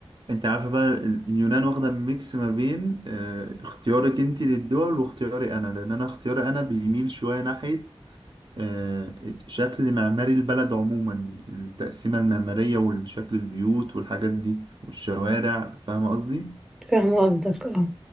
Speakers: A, on the right; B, in the centre.
A: انت عارفه بقى اليونان واخده ميكس ما بين آه، اختيارك انت للدول واختياري انا لان انا اختياري انا بيميل شويه ناحيه آه، شكل معماري البلد عموما التقسيمة المعمارية وشكل البيوت والحاجات دي والشوارع فاهمة قصدي؟
B: فاهمة قصدك اه